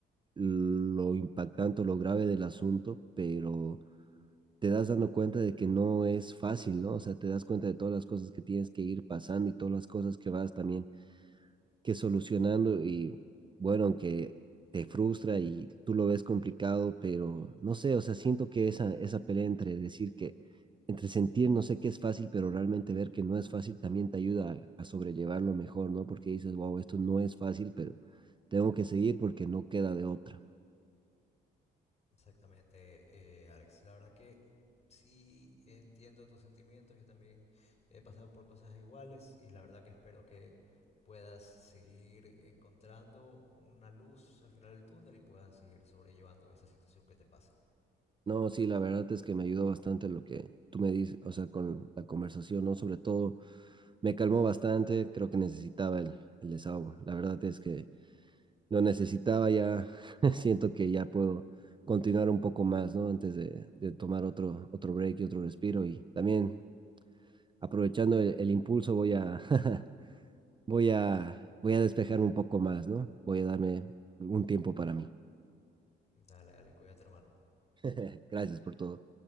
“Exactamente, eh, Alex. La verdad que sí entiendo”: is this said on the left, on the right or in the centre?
Left